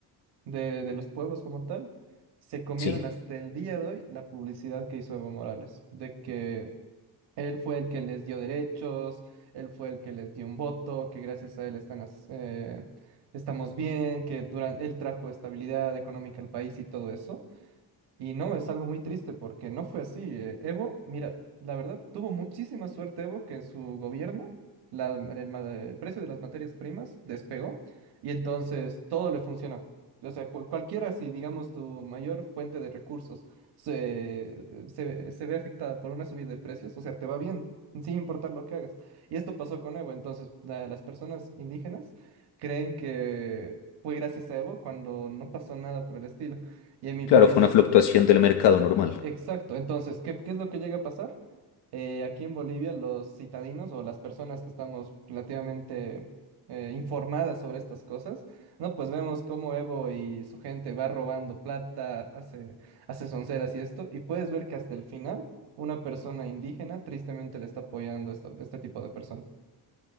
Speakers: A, on the right; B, on the left.
A: de, de los pueblos como tal se comieron
B: Sí,
A: hasta el día de hoy la publicidad que hizo Evo Morales, de que él fue el que les dio derechos, él fue el que les dio un voto, que gracias a él están, as- eh, estamos bien, que durante, él trajo estabilidad económica al país y todo eso. Y no, es algo muy triste porque no fue así. eh, Evo, mira, la verdad, tuvo muchísima suerte Evo que en su gobierno la- el, ma- el precio de las materias primas despegó y entonces todo le funciona. O sea, cu- cualquiera, si digamos tu mayor fuente de recursos se, se, se ve afectada por una subida de precios, o sea, te va bien, sin importar lo que hagas. Y esto pasó con Evo, entonces la- las personas indígenas creen que fue gracias a Evo cuando no pasó nada por el estilo. Y en mi
B: claro,
A: país,
B: fue una fluctuación del mercado normal.
A: Exacto. Entonces, ¿qué, qué es lo que llega a pasar? Eh, aquí en Bolivia, los citadinos o las personas que estamos relativamente eh, informadas sobre estas cosas, ¿no? Pues vemos cómo Evo y su gente va robando plata, hace, hace sonceras y esto, y puedes ver que hasta el final una persona indígena tristemente le está apoyando esto, este tipo de persona.